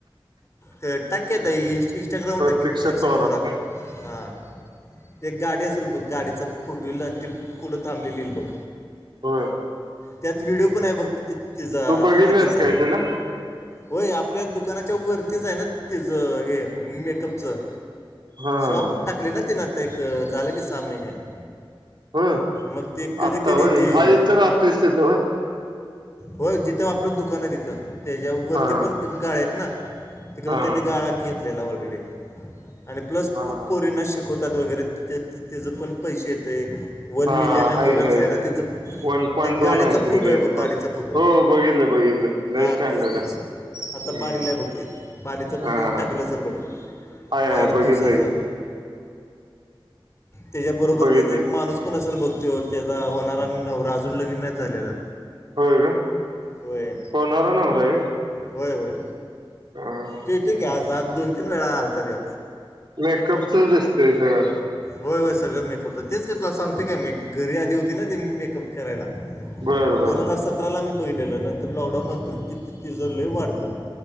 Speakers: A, on the left; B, on the right.
A: तर टक येत इंस्टाग्राम
B: प्रत्यक्ष
A: टाक की प्रतीक्षित
B: तोरात
A: थोरात.
B: का
A: हा एक गाडी असेल बघ गाडीच फॉरव्हेलर आणि ते पुढं थांबलेलील बघ.
B: होय
A: त्यात व्हिडिओ पण आहे बघ तिचा
B: तू बघितलंस
A: आधीचा.
B: काय तिला
A: होय आपल्या दुकानाच्या वरतीच आहे ना तचं हे मेकअपचं.
B: हा हा
A: शॉप टाकली ना तिन आता एक झालं की सहा महिन्यातं
B: होय
A: मग ते कधी
B: आत्ता
A: कधी
B: वय
A: येती.
B: हा इथं राहतोयस तिथं वय
A: होय जिथं आपलं दुकान आहे तिथं त्याच्या वरती
B: हा
A: पण गाळे आहेत ना? तिकडं
B: हा हा
A: त्यांनी गाळा घेतलेला ऑलरेडी आणि प्लस
B: हा
A: खूप पोरींना शिक शिकवतात वगैरे त्याचं त्याच पण पैसे येतय. वन
B: हा
A: मिलियन हाय म्हणल्यावर
B: की
A: जाहिरातीचं
B: की
A: फ
B: वन पॉईंट
A: ते
B: दोन
A: गाडीचा
B: आहेत
A: फोटो
B: मिलियन
A: हाय बघ
B: पण
A: गाडीचा फोटो.
B: हो बघितलं बघितलं
A: हा
B: लय स्टँडर्ड
A: तीच तीच
B: आहे
A: आता
B: हम्म
A: बाली लां आहे बघ ते बालीचा
B: हा
A: पण त्यानी
B: हा
A: टाकलं असलं बघ.
B: हाय
A: वाढदिवसाचा
B: हय बघितलंय की
A: त्याच्या
B: की
A: बरोबर
B: बघितलंय
A: त्याचा एक
B: की
A: माणूस पण असेल बघ त्यो त्याचा होणारा नवरा अजून लगिन नाही झालेला.
B: होय का
A: होय
B: होणारा नवरा आहे.
A: होय होय
B: व्हय हा
A: तिथे आज दोन, तीन वेळा आलता त्यो.
B: मेकअपचंच दिसतय सगळं
A: होय होय सगळं मेकअपच तेच ते तुला सांगतोय काय मी घरी आधी होती ना ते मेकअप करायला.
B: बरं बर!
A: दोन हजार सतराला मी बघितलेलं नंतर लॉकडाऊन नंतर ती ती तिचं लय वाढलं.